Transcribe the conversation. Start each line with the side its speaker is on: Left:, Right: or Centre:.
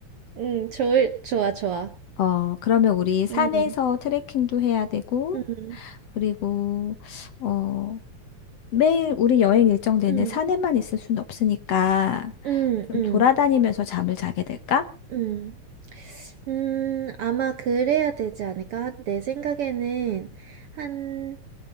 Right: 응, 좋을, 좋아, 좋아.
Left: 어, 그러면 우리 산에서
Right: 응,
Left: 트레킹도 해야 되고,
Right: 응,
Left: 그리고, 어, 매일 우리 여행 일정 내내
Right: 응,
Left: 산에만 있을 순 없으니까
Right: 응,
Left: 좀
Right: 응,
Left: 돌아다니면서 잠을 자게 될까?
Right: 응. 음, 아마 그래야 되지 않을까? 내 생각에는 한